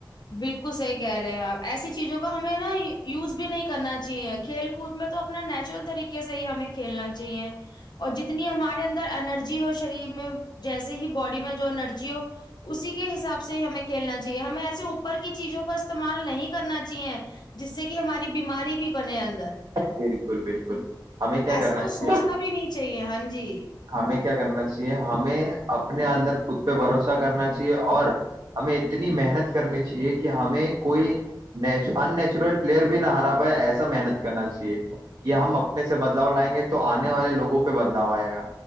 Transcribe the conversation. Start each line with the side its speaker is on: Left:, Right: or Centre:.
Left: بالکل صحیح کہہ رہے ہیں آپ ایسی چیزوں کا ہمیں نا یوز بھی نہیں کرنا چاہیے کھیل کود میں تو اپنا نیچرل طریقے سے ہی ہمیں کھیلنا چاہیے اور جتنی ہمارے اندر انرجی ہو شریر میں جیسے ہی باڈی میں جو انرجی ہو اسی کے حساب سے ہی ہمیں کھیلنا چاہیے ہمیں ایسے ا پر کی چیزوں کا استعمال نہیں کرنا چاہیے جس سے کہ ہماری بیماری بھی بنے اندر
Right: بالکل بالکل ہمیں کیا
Left: ایسا
Right: کرنا
Left: تو
Right: چاہیے
Left: سوچنا بھی نہیں چاہیے ہاں جی
Right: ہمیں کیا کرنا چاہیے ہمیں اپنے اندر خود پہ بھروسہ کرنا چاہیے اور ہمیں اتنی محنت کرنی چاہیے کہ ہمیں کوئی ن ان نیچورل پلیئر بھی نہ ہرا پائے ایسا محنت کرنا چاہیے یہ ہم اپنے سے بدلاؤ لائیں گے تو آنے والے لوگوں پہ بدلاؤ آئے گا